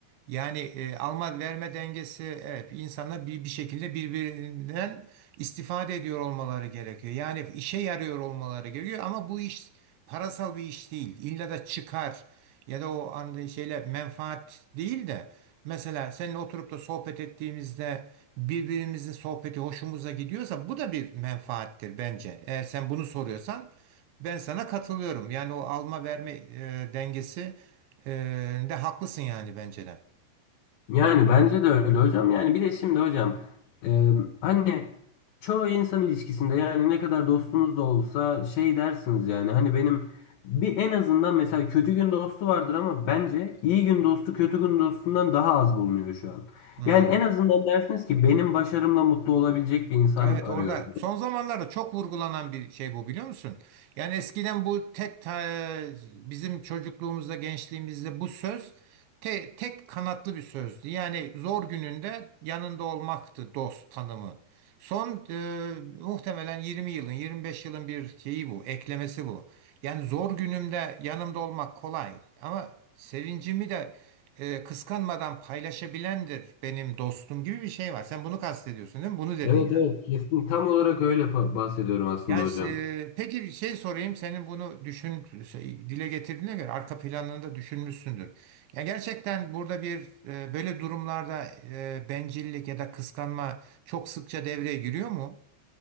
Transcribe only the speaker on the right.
Yani e, alma verme dengesi evet insanlar bir, bir şekilde birbirinden istifade ediyor olmaları gerekiyor. Yani işe yarıyor olmaları gerekiyor ama bu iş parasal bir iş değil. İlla da çıkar ya da o anda şeyler menfaat değil de mesela seninle oturup da sohbet ettiğimizde birbirimizin sohbeti hoşumuza gidiyorsa bu da bir menfaattir bence. Eğer sen bunu soruyorsan ben sana katılıyorum. Yani o alma verme e, dengesi e, de haklısın yani bence de.
Hmm.
Evet
orada son zamanlarda çok vurgulanan bir şey bu biliyor musun? Yani eskiden bu tek ta- e, bizim çocukluğumuzda gençliğimizde bu söz te- tek kanatlı bir sözdü. Yani zor gününde yanında olmaktı dost tanımı. Son e, muhtemelen 20 yılın 25 yılın bir şeyi bu eklemesi bu. Yani zor günümde yanımda olmak kolay ama sevincimi de e, kıskanmadan paylaşabilendir benim dostum gibi bir şey var. Sen bunu kastediyorsun değil mi? Bunu dedin
yani.
Yani
e, peki bir şey sorayım senin bunu düşün şey, dile getirdiğine göre arka planını da düşünmüşsündür. Ya gerçekten burada bir e, böyle durumlarda e, bencillik ya da kıskanma çok sıkça devreye giriyor mu?